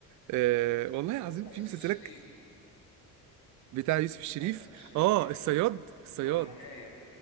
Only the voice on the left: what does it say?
اللي
هو بتاع
يوسف
الشريف
بتاع يوسف الشريف
جامد
اللي
اللي هو النهاية